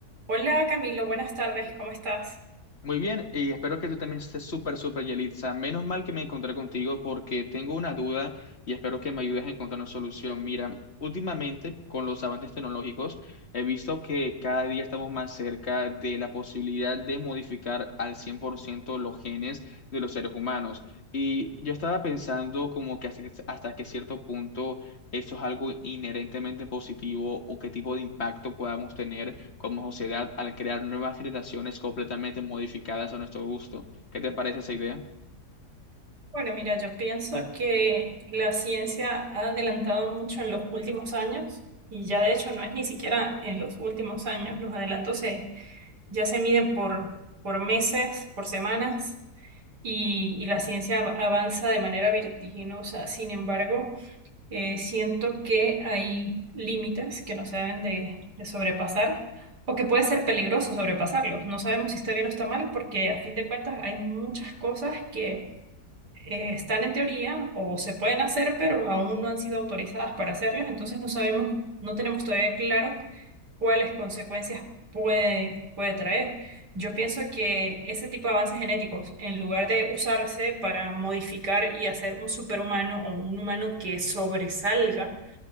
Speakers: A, on the right; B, on the left.
A: Hola Camilo, buenas tardes, ¿cómo estás?
B: Muy bien, y espero que tú también estés súper, súper, Yelitza. Menos mal que me encontré contigo porque tengo una duda y espero que me ayudes a encontrar una solución. Mira, últimamente con los avances tecnológicos he visto que cada día estamos más cerca de la posibilidad de modificar al 100% los genes de los seres humanos. Y yo estaba pensando como que hasta, hasta que cierto punto eso es algo inherentemente positivo o qué tipo de impacto podamos tener como sociedad al crear nuevas generaciones completamente modificadas a nuestro gusto. ¿Qué te parece esa idea?
A: Bueno, mira, yo pienso que la ciencia ha adelantado mucho en los últimos años y ya de hecho no es ni siquiera en los últimos años, los adelantos se, ya se miden por, por meses, por semanas y, y la ciencia av- avanza de manera vertiginosa. Sin embargo, eh, siento que hay límites que no se deben de, de sobrepasar o que puede ser peligroso sobrepasarlos. No sabemos si está bien o está mal porque a fin de cuentas hay muchas cosas que eh, están en teoría o se pueden hacer, pero aún no han sido autorizadas para hacerlas, entonces no sabemos, no tenemos todavía claro cuáles consecuencias puede, puede traer. Yo pienso que ese tipo de avances genéticos, en lugar de usarse para modificar y hacer un superhumano o un humano que sobresalga,